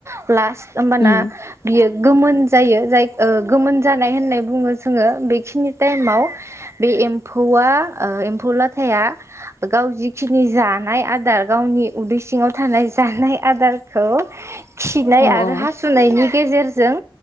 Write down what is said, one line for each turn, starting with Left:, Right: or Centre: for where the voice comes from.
Right: प्लास ओमबाना
Left: उम
Right: बियो गोमोन जायो जाय ओ गोमोन जानाय होननाय बुङो जोङो बेखिनि टाइमाव बे एम्फौआ ओ एम्फौ लाथाया गाव जिखिनि जानाय आदार गावनि उदै सिङाव थानाय जानाय आदारखौ खिनाय
Left: औ
Right: आरो
Left: औ
Right: हासु नायनि गेजेरजों